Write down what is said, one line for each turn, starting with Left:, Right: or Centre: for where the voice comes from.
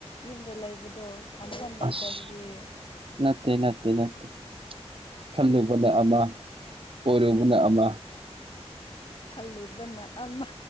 Left: ꯌꯨꯝꯗ ꯂꯩꯕꯗꯣ ꯊꯝꯐꯝ ꯂꯩꯇꯕꯒꯤ
Right: ꯑꯁ ꯅꯠꯇꯦ ꯅꯠꯇꯦ ꯅꯠꯇꯦ ꯈꯜꯂꯨꯕꯅ ꯑꯃꯥ ꯑꯣꯏꯔꯨꯕꯅ ꯑꯃꯥ
Left: ꯈꯜꯂꯨꯕꯅ ꯑꯃꯥ